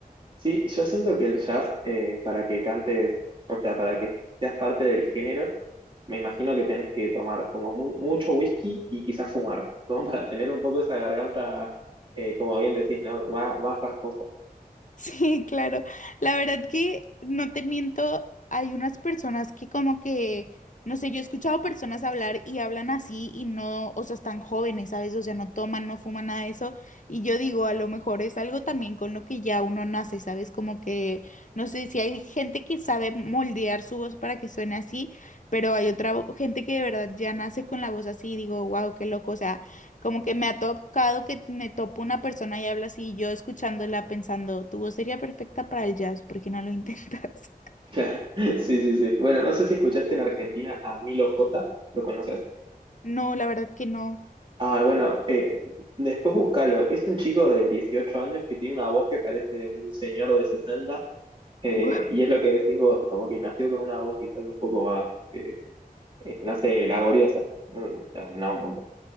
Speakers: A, on the right; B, on the left.
A: Sí, yo siento que el jazz, eh, para que cantes, o sea, para que seas parte del género, me imagino que tenés que tomar como mu- mucho whisky y quizás fumar, como para tener un poco esa garganta, eh, como bien decís, ¿no? Más, más rasposa.
B: Sí, claro. La verdad que no te miento, hay unas personas que como que, no sé, yo he escuchado personas hablar y hablan así y no, o sea, están jóvenes, ¿sabes? O sea, no toman, no fuman nada de eso. Y yo digo, a lo mejor es algo también con lo que ya uno nace, ¿sabes? Como que, no sé, si hay gente que sabe moldear su voz para que suene así, pero hay otra gente que de verdad ya nace con la voz así y digo, wow, qué loco. O sea, como que me ha tocado que me topo una persona y habla así, y yo escuchándola pensando, tu voz sería perfecta para el jazz, ¿por qué no lo intentas? <laughs>
A: Claro. <laughs> Sí, sí, sí. Bueno, no sé si escuchaste en Argentina a Milo J, ¿lo conoces?
B: No, la verdad que no.
A: Ah, bueno, eh, después búscalo. Es un chico de 18 años que tiene una voz que parece un señor de sesenta eh,
B: Guau.
A: y es lo que decís vos, como que nació con una voz quizás un poco más, eh, eh, no sé, laboriosa. Mm, No, no, un punto.